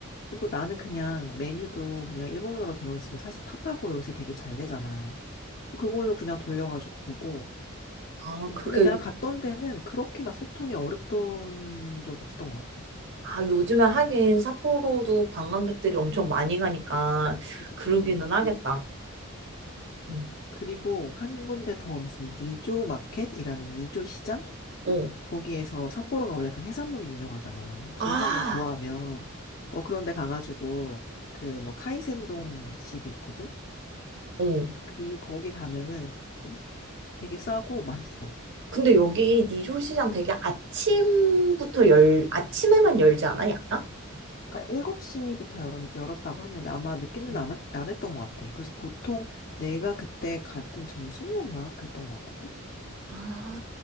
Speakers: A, on the left; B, on the right.
A: 그리고 나는 그냥 메뉴도 그냥 일본어로 되어 있으면 사실 팝하고 요새 되게 잘 되잖아. 그걸로 그냥 돌려가지고 보고.
B: 아,
A: 음,
B: 그렇게,
A: 근데 내가
B: 요-
A: 갔던 데는 그렇게 막 소통이 어렵던 적 없었던 것 같아.
B: 아, 요즘에 하긴 삿포로도 관광객들이 엄청 많이 가니까
A: 그지,
B: 그러기는
A: 그지.
B: 하겠다. 응.
A: 그리고 한 군데 더 무슨 니조 마켓이라는 니조 시장?
B: 어.
A: 거기에서 삿포로가 원래 그 해산물이 유명하잖아. 혹시
B: 아,
A: 해산물 좋아하면 어 그런데 가가지고 그 뭐 카이센동 집이 있거든.
B: 어.
A: 그 거기 가면은 음, 되게 싸고 맛있어.
B: 근데 여기 니조 시장 되게 아침부터 열, 아침에만 열지 않아? 약간?
A: 그러니까 7시부터 열었, 열었다고 했는데 아마 늦게는
B: 응.
A: 안, 했- 안 했던 것 같아. 그래서 보통 내가 그때 갔던 점심이었나 그랬던 것 같거든.
B: 아.